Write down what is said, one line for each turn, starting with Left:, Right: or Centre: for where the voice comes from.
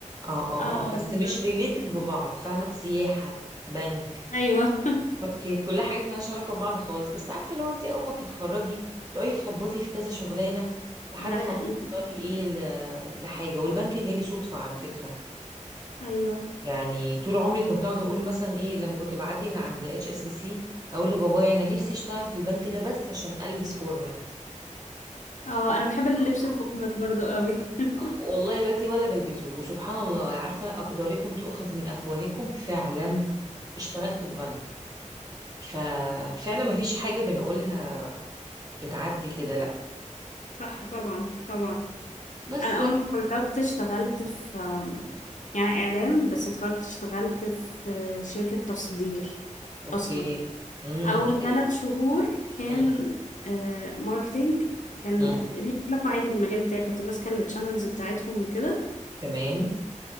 Right: اه اه
Left: اه
Right: اه بس
Left: بالظبط
Right: مش ريليتد ببعض فاهمة سياحة بنك
Left: ايوه
Right: كي- كلها حاجات مالهاش علاقة ببعض خالص بس عارفة لو انت أول ما بتتخرجي تقعدي تخبطي في كذا شغلانة لحد
Left: <laughs> ده حقيقي
Right: ما بتوصلي ايه ل- لحاجة والبنك جالي صدفة على فكرة
Left: ايوه
Right: يعني طول عمري كنت اقعد اقول مثلا ايه لما كنت بعدي من عند اتش اس بي سي اقول لبابايا انا نفسي اشتغل في البنك ده بس عشان البس فورمال
Left: اه
Right: سبحان
Left: انا بحب اللبس
Right: الله
Left: الفورمال برضو قوي <laughs>
Right: والله دلوقتي ولا بلبسه وسبحان الله عارفه اقداركم تؤخذ من افواهكم فعلا اشتغلت في بنك ففعلا ما فيش حاجه بنقولها بتعدي كده لا
Left: صح طبعا طبعا
Right: بس
Left: انا
Right: يعني،
Left: اول ما اتخرجت اشتغلت في آم، يعني اعلام بس اتخرجت اشتغلت في شركة تصدير
Right: اوكي
Left: اصلا
Right: امم
Left: اول
Right: حلو
Left: ثلاث شهور كان
Right: امم
Left: آه ماركتينج كان
Right: امم
Left: ليه علاقة عادي بالمجال بتاعي كنت ماسكة التشانلز بتاعتهم وكده
Right: تمام